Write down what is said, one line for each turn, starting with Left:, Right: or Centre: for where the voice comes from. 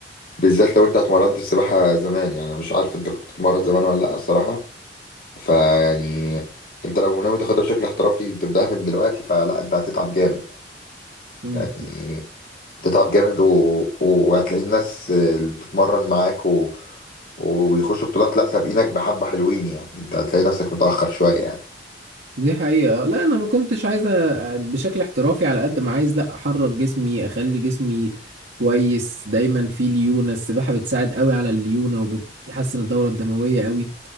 Left: بالذات لو انت اتمرنت السباحه زمان يعني انا مش عارف انت كنت بتتمرن زمان ولا لا الصراحه فيعني انت لو ناوي تاخدها بشكل احترافي وتبداها من دلوقتي فلا انت هتتعب جامد
Right: قول
Left: يعني هتتعب جامد و... وهتلاقي الناس اللي بتتمرن معاك و... ويخشوا بطولات لا سابقينك بحبه حلوين يعني انت هتلاقي نفسك متاخر شويه يعني
Right: دي حقيقة لا أنا ما كنتش عايز أ- بشكل احترافي على قد ما عايز لا أحرك جسمي أخلي جسمي كويس دايما فيه ليونة السباحة بتساعد قوي على الليونة وبتحسن الدورة الدموية قوي